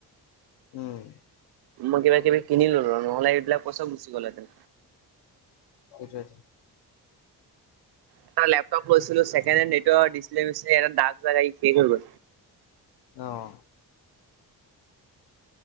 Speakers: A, on the left (about 70°); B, on the right (about 65°).
A: উম।
B: মই কিবা কিবি কিনিলো ৰ নহ'লে এইবিলাক পইচা গুচি গলে হেতেন।
A: হৈছে।
B: এটা লেপটপ লৈছিলো চেকণ্ড হেনে এইটোৰ ডিছপ্লে চিচপ্লে দাগ চাগ লাগি শেষ হৈ গ'ল
A: অ'